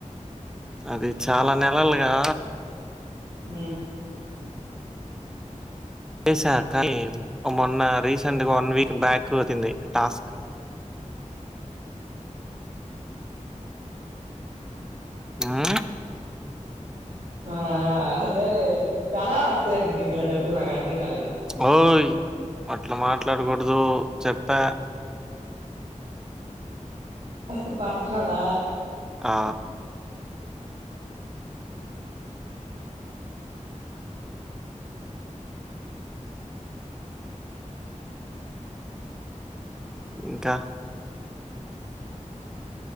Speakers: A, in the centre; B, on the right.
A: అది చాలా నెలలుగా
B: అ
A: సా కానీ మొన్న రీసెంట్ గా వన్ వీక్ బ్యాక్ అంది టాస్క్ ఆ
B: ఆ అదేలే ఎలా వస్తాయండి దీంట్లో డబ్బులు నాకు అర్థం కాలేదు
A: ఓ అట్లా మాట్లాడకూడదు చెప్పా
B: అది పర్సనల్
A: ఆ ఇంకా